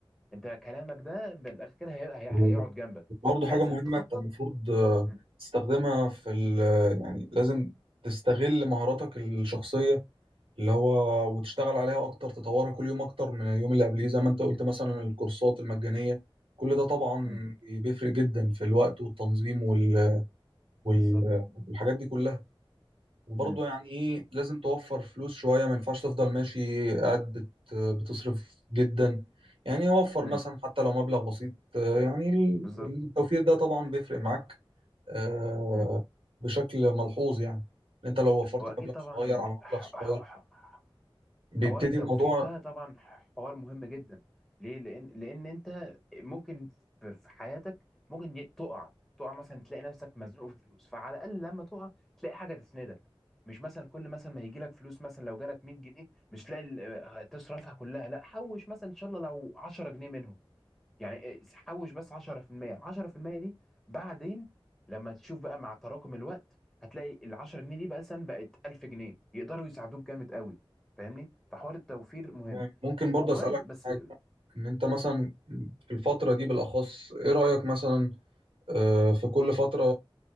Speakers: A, in the centre; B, on the right.
A: انت كلامك ده من الآخر كده هي- هي-
B: اكيد
A: هيقعد جنبك
B: برضه
A: لازم
B: حاجة مهمة
A: تخطط
B: أنت المفروض آه،
A: مم،
B: تستخدمها في ال يعني لازم تستغل مهاراتك الشخصية اللي هو وتشتغل عليها أكتر تطورها كل يوم أكتر من اليوم اللي قبليه زي ما أنت قلت مثلا الكورسات المجانية كل ده طبعا
A: مم،
B: بيفرق جدا في الوقت والتنظيم وال... وال...
A: بالظبط
B: والحاجات دي كلها وبرضه
A: مم،
B: يعني إيه لازم توفر فلوس شوية ما ينفعش تفضل ماشي قاعد بت... بتصرف جدا يعني وفر
A: مم،
B: مثلا حتى لو مبلغ بسيط آه، يعني ال-
A: بالظبط
B: التوفير ده طبعا بيفرق معاك آه،
A: مم.
B: بشكل ملحوظ يعني إن انت لو وفرت
A: هو اكيد
B: مبلغ
A: طبعا
B: صغير على
A: ح-
B: مبلغ
A: ح-
B: صغير
A: ح-
B: بيبتدي
A: حوار التوفير
B: الموضوع
A: ده طبعا حوار مهم جدا ليه لان لان انت ممكن في في حياتك ممكن ي- تقع تقع مثلا تلاقي نفسك مزنوق في فلوس فعلى الاقل لما تقع تلاقي حاجه تسندك مش مثلا كل مثلا ما يجي لك فلوس مثلا لو جالك 100 جنيه مش تلاقي ال- آه، تصرفها كلها لا حوش مثلا ان شاء الله لو 10 جنيه منهم يعني إيه، حوش بس 10% ال 10% دي بعدين لما تشوف بقى مع تراكم الوقت هتلاقي ال 10 جنيه دي بقى مثلا بقت 1000 جنيه يقدروا يساعدوك جامد قوي فاهمني فحوار التوفير مهم
B: تمام. ممكن برضه
A: وبرضه
B: اسالك
A: بس
B: حاجه ان انت مثلا في الفتره دي بالاخص ايه رايك مثلا آه، في كل فتره